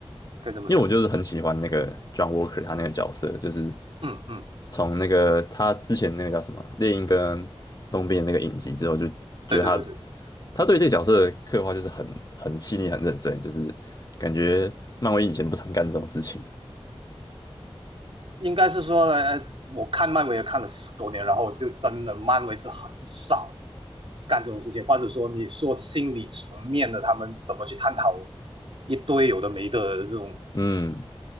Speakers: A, on the right; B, on the left.
A: 可以这么讲。
B: 因为我就是很喜欢那个 John Walker 他那个角色，就是
A: 嗯嗯，
B: 从那个他之前那个叫什么猎鹰跟冬兵的那个影集之后，就觉得他
A: 对对对对对，
B: 他对这个角色的刻画就是很很细腻、很认真，就是感觉漫威以前不常干这种事情。
A: 应该是说，呃，我看漫威也看了十多年，然后就真的漫威是很少干这种事情，或者说你说心理层面的，他们怎么去探讨一堆有的没的这种
B: 嗯，